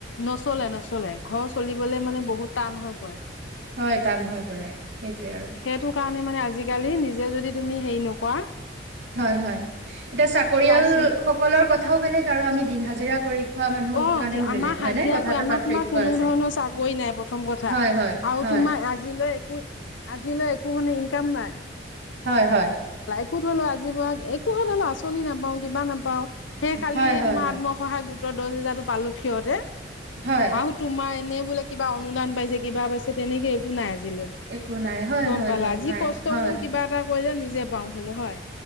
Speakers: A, on the left; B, on the right.
A: নচলে নচলে ঘৰ চলিবলে মানে বহুত টান হৈ পৰে
B: হয় টান হৈ পৰে সেইটোৱে আৰু
A: সেইটো কাৰণে মানে আজিকালি নিজে যদি তুমি হেৰি নোকোৱা
B: হয় হয় এতিয়া চাকৰিয়াল
A: চিন
B: সকলৰ কথাও বেলেগ আৰু আমি দিন হাজিৰা কৰি খোৱা মানুহৰ
A: অ
B: কাৰণেও বেলেগ
A: আমাৰ হাজিৰা
B: হয় নে কথাটো
A: কৱে আমাৰ
B: পাৰ্থক্য
A: তোমাৰ কোনো
B: আছে
A: ধৰণৰ চাকৰি নাই প্ৰথম কথা
B: হয় হয়
A: আৰু
B: হয়
A: তোমাৰ আজিলৈ একো আজিলৈ একো মানে ইনকাম নাই
B: হয় হয়
A: একোত হ'লেও আজি ব একো স হলেও আঁচনি নাপাও কিবা নাপাও সেই খালি
B: হয় হয়
A: তোমাৰ
B: হয়
A: আত্মসহায়ক গোট দহ হেজাৰটো পালো ফহতে
B: হয়
A: আও তোমাৰ এনে বোলে কিবা অনুদান পাইছে কিবা পাইছে তেনেকে একো নাই আজ আজিলৈ
B: একো নাই হয়
A: গম
B: হয়
A: পালা
B: হয়
A: আজি
B: নাই
A: কষ্ট
B: হয়
A: কৰো কিবা এটা কৰিলে নিজে পাও ধই ল হয়